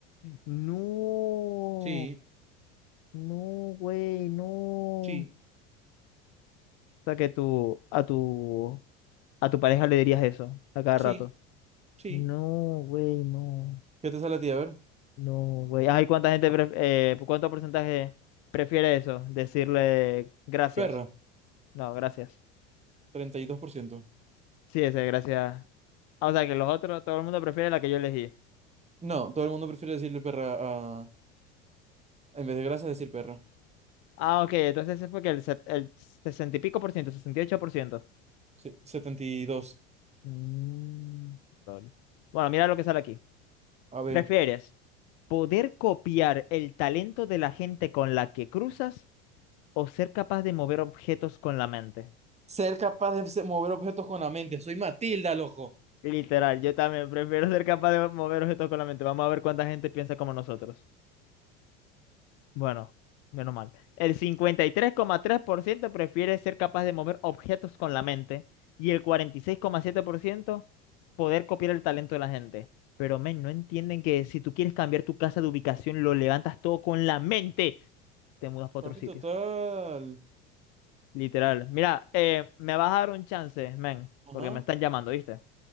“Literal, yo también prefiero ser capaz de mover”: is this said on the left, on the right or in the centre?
Left